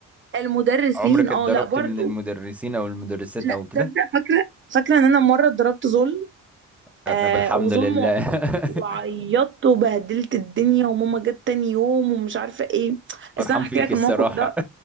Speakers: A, on the right; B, in the centre.
A: المدرسين
B: عمرك
A: اه
B: اتضربت
A: لا برضو
B: من المدرسين او المدرسات
A: لا
B: او كده
A: تصدق فاكره فاكره ان انا مره اتضربت ظلم
B: آه،
A: آه
B: طب الحمد
A: وظلم
B: لله
A: وع-
B: <laughs>
A: وعيطت وبهدلت الدنيا وماما جت تاني يوم ومش عارفه ايه
B: فرحان
A: بس انا
B: فيك
A: هحكي لك
B: الصراحة
A: الموقف ده